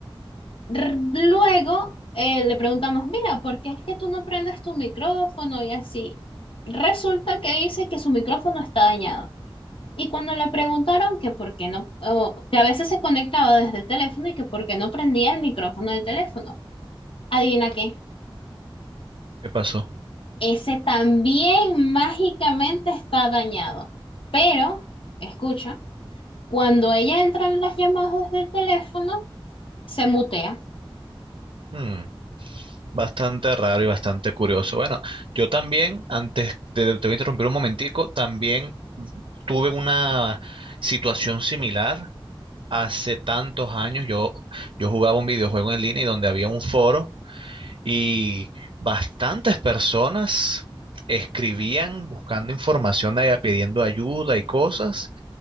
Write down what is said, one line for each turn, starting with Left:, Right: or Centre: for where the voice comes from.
Left: R- Luego eh, le preguntamos, mira, ¿por qué es que tú no prendes tu micrófono y así? Resulta que dice que su micrófono está dañado. Y cuando le preguntaron que por qué no, o que a veces se conectaba desde el teléfono y que por qué no prendía el micrófono del teléfono, adivina qué.
Right: ¿Qué pasó?
Left: Ese también mágicamente está dañado. Pero, escucha, cuando ella entra en las llamadas del teléfono, se mutea.
Right: Mm. Bastante raro y bastante curioso. Bueno, yo también, antes de, te voy a interrumpir un momentico, también tuve una situación similar hace tantos años. Yo, yo jugaba un videojuego en línea y donde había un foro y bastantes personas escribían buscando información allá, pidiendo ayuda y cosas.